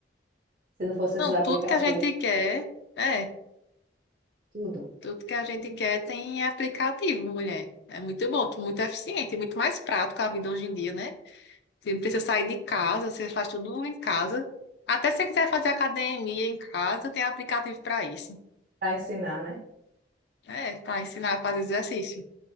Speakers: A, on the right; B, on the left.
A: se não fosse
B: Não,
A: esses aplicativos,
B: tudo que a gente quer, é,
A: tudo,
B: tudo que a gente
A: tudo
B: quer tem aplicativo, mulher. É muito bom, muito eficiente, muito mais prático a vida hoje em dia, né? Você não precisa sair de casa, você faz tudo em casa. Até se você quiser fazer academia em casa, tem aplicativo para isso.
A: para ensinar, né?
B: É, para ensinar a fazer exercício.